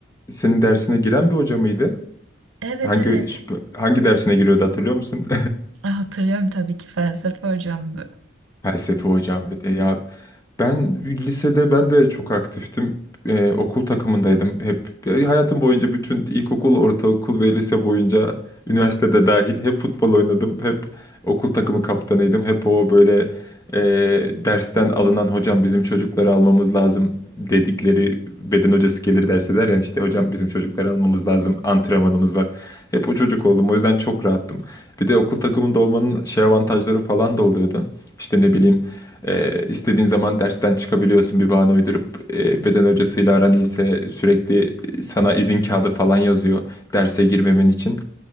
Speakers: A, on the left; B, on the right.
A: senin dersine giren bir hoca mıydı?
B: Evet
A: Hangi
B: evet.
A: hangi dersine giriyordu hatırlıyor musun?
B: Ah, Hatırlıyorum tabii ki felsefe hocamdı.
A: <laughs> Felsefe hocam bir de ya ben lisede ben de çok aktiftim. Ee, okul takımındaydım hep. E, Hayatım boyunca bütün ilkokul, ortaokul ve lise boyunca üniversitede dahil hep futbol oynadım. Hep okul takımı kaptanıydım. Hep o böyle e, dersten alınan hocam bizim çocukları almamız lazım dedikleri beden hocası gelir derse der yani işte hocam bizim çocukları almamız lazım antrenmanımız var. Hep o çocuk oldum o yüzden çok rahattım. Bir de okul takımında olmanın şey avantajları falan da oluyordu. İşte ne bileyim e, istediğin zaman dersten çıkabiliyorsun bir bahane uydurup e, beden hocasıyla aran iyiyse sürekli sana izin kağıdı falan yazıyor derse girmemen için.